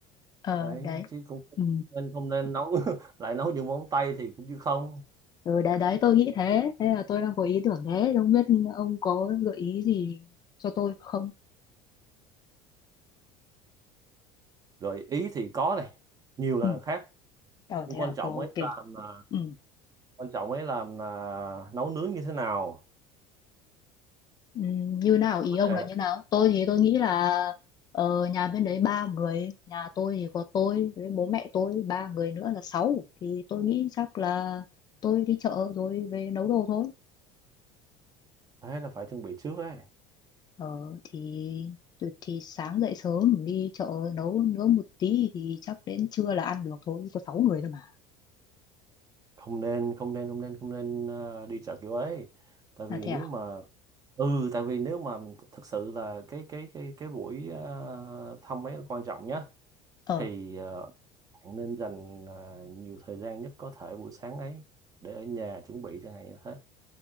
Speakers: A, on the left; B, on the right.
A: ờ
B: đấy
A: đấy
B: chứ cũng
A: ừ.
B: nên không nên nấu <laughs> lại nấu những món Tây thì cũng như không
A: ừ đấy đấy tôi nghĩ thế thế là tôi đang có ý tưởng thế không biết ông có gợi ý gì cho tôi không
B: gợi ý thì có này nhiều là
A: ừ
B: khác
A: ờ
B: nhưng
A: thế à
B: quan trọng
A: ok
B: ấy là là-
A: ừ
B: quan trọng ấy là là nấu nướng như thế nào
A: Ừm, như nào
B: là
A: ý
B: vấn
A: ông
B: đề
A: là
B: đó
A: như nào tôi thì tôi nghĩ là ờ, nhà bên đấy ba người nhà tôi thì có tôi với bố mẹ tôi ba người nữa là sáu thì tôi nghĩ chắc là tôi đi chợ rồi về nấu đồ thôi
B: thế là phải chuẩn bị trước ấy
A: ờ, thì thì sáng dậy sớm đi chợ nấu nướng một tí thì chắc đến trưa là ăn được thôi có sáu người thôi mà
B: không nên không nên không nên không nên ờ, đi chợ kiểu ấy tại vì
A: là thế
B: nếu
A: à
B: mà ừ tại vì nếu mà thực sự là cái cái cái cái buổi ờ, thăm ấy là quan trọng nhá
A: ờ
B: thì ờ, bạn nên dành ờ, nhiều thời gian nhất có thể buổi sáng ấy để ở nhà chuẩn bị chẳng hạn như thế